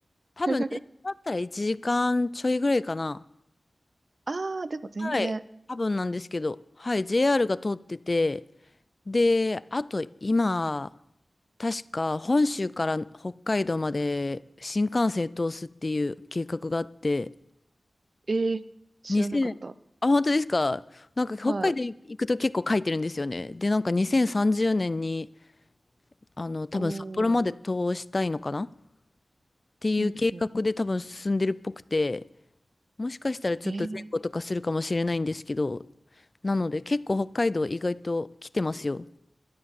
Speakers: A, on the left; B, on the right.
A: 多分ね、
B: <laughs>
A: 電車だったら1時間ちょいぐらいかな。
B: ああ、でも全然。
A: はい。多分なんですけど。はい。JR が通ってて。で、あと今、確か本州から北海道まで新幹線通すっていう計画があって、
B: ええー知らなかった。
A: 2 0あ、本当ですかなんか北海道行くと結構書いてるんですよね。
B: はい。
A: で、なんか2030年に、あの、多分札幌まで通したいのかな
B: おー、
A: っていう計画で多分進んでるっぽくて、
B: うんうん。
A: もしかしたらちょっと前後とかするかもしれないんですけど、
B: えー、
A: なので結構北海道意外と来てますよ。